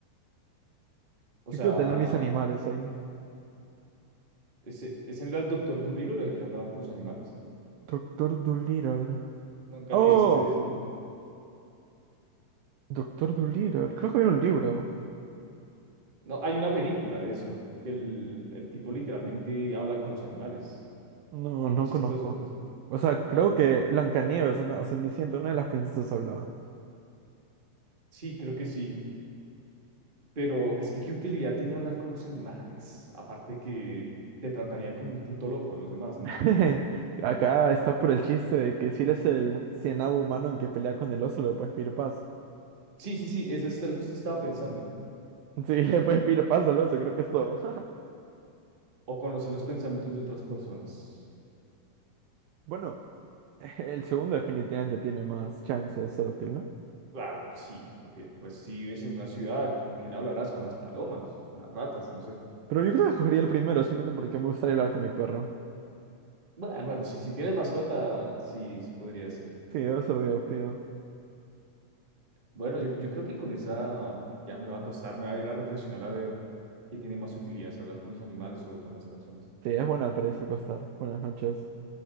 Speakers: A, on the right; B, on the right.
A: O
B: Yo
A: sea,
B: quiero tener mis animales ahí.
A: ¿ese, ese no era el doctor Dolittle el que hablaba con los animales?
B: Doctor Dolittle.
A: Nunca
B: ¡Oh!
A: te viste.
B: Doctor Dolittle. Creo que había un libro.
A: No, hay una película de eso, que el, el tipo literalmente habla con los animales.
B: No, no
A: Es chistoso,
B: conozco.
A: pues,
B: O sea, creo
A: ¿no?
B: que Blancanieves, una, o Cenicienta, una de las princesas hablaba.
A: Sí, creo que sí. Pero es que qué utilidad tiene hablar con los animales, aparte que te tratarían como un puto loco los demás, ¿no?
B: <laughs> Acá está por el chiste de que si eres el cienavo humano en que pelea con el oso, le puedes pedir paz.
A: Sí, sí, sí, eso está- justo estaba pensando.
B: Sí, <laughs> le puedes pedir paso al oso, creo que es todo. <laughs>
A: O conocer los pensamientos de otras personas.
B: Bueno, el segundo definitivamente tiene más chance de ser útil, ¿no?
A: Claro, sí, porque pues si vives en una ciudad, ¿con quién hablarás? Con las palomas, con las ratas, no sé.
B: Pero yo creo que escogería el primero, simplemente porque me gustaría hablar con mi perro.
A: Bueno, bueno, si si tienes mascota, sí, sí podría ser.
B: Sí, debe ser divertido.
A: Bueno, yo, yo creo que con esa ya me va a costar, me va a ir a reflexionar a ver qué tiene más utilidad, si hablar con los animales o con las personas.
B: Sí, es buena para irse a acostar. Buenas noches.